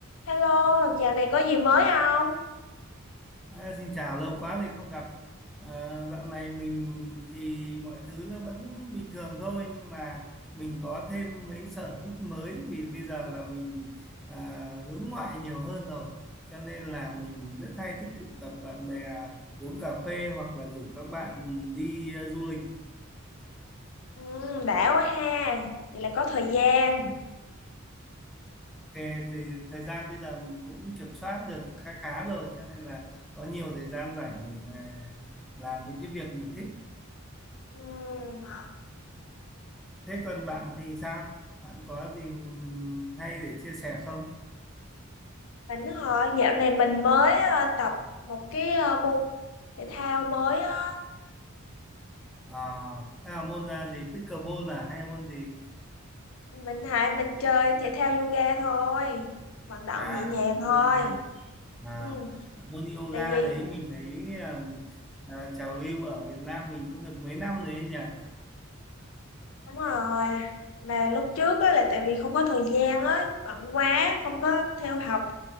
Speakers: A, on the left (about 70°); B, in the centre.
A: Hello, giờ này có gì mới không?
B: À, xin chào, lâu quá rồi không gặp. À, dạo này mình thì mọi thứ nó vẫn bình thường thôi nhưng mà mình có thêm mấy sở thích mới vì bây giờ là mình à, hướng ngoại nhiều hơn rồi. Cho nên là mình rất hay thích tụ tập bạn bè uống cà phê hoặc là rủ các bạn đi à, du lịch.
A: Ừ, đã quá ha, vậy là có thời gian.
B: Ok, thì thời gian bây giờ mình cũng kiểm soát được khá khá rồi cho nên là có nhiều thời gian rảnh để mà làm những cái việc mình thích.
A: Ừ,
B: Thế còn bạn thì sao? Bạn có gì hay để chia sẻ không?
A: mình hỏi dạo này mình mới ờ, tập một cái ờ, môn thể thao mới á.
B: À, thế là môn à, gì? Pickleball à? Hay là môn gì?
A: Mình hại mình chơi thể thao yoga thôi, vận động
B: À,
A: nhẹ nhàng
B: tập
A: thôi.
B: yoga. À,
A: Ừ,
B: môn yoga
A: tại vì
B: đấy mình thấy à, à, trào lưu ở Việt Nam mình cũng được mấy năm rồi ấy nhỉ?
A: đúng rồi, mà lúc trước á là tại vì không có thời gian á, bận quá, không có theo học